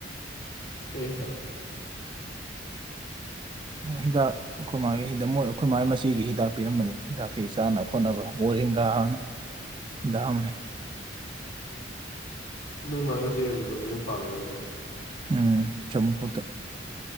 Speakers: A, on the left (about 80°); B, on the right (about 25°).
A: ꯀꯩ ꯍꯤꯗꯥꯛ
B: ꯍꯤꯗꯥꯛ ꯑꯩꯈꯣꯏ ꯃꯥꯒꯤ ꯍꯤꯗ ꯃꯣꯏ ꯑꯩꯈꯣꯏ ꯃꯥꯒꯤ ꯃꯆꯦꯒꯤ ꯍꯤꯗꯥꯛ ꯄꯤꯔꯝꯕꯅꯤꯅ ꯍꯤꯗꯥꯛꯀꯤ ꯆꯥꯅ ꯈꯣꯠꯅꯕ ꯋꯥꯔꯦꯡꯒꯥꯅ <unintelligible>
A: ꯅꯣꯏ ꯃꯥ ꯃꯆꯦ ꯑꯗꯨꯗ ꯃꯌꯨꯝ ꯄꯥꯂꯔꯣ ꯍꯥꯏꯁꯦ
B: ꯎꯝ ꯆꯝꯈꯣꯗ